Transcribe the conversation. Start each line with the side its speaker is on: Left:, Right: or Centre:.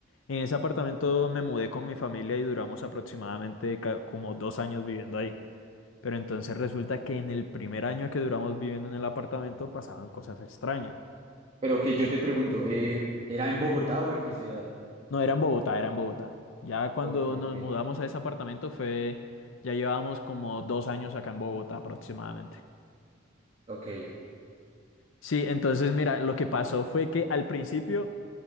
Left: en ese apartamento me mudé con mi familia y duramos aproximadamente ca- como dos años viviendo ahí. Pero entonces resulta que en el primer año que duramos viviendo en el apartamento pasaban cosas extrañas.
Right: Pero que yo te pregunto, eh, ¿era en Bogotá o en qué ciudad?
Left: No era en Bogotá, era en Bogotá. Ya cuando
Right: Ok,
Left: nos
Right: ok,
Left: mudamos a ese apartamento fue, ya llevábamos como dos años acá en Bogotá aproximadamente.
Right: ok.
Left: Sí, entonces mira, lo que pasó fue que al principio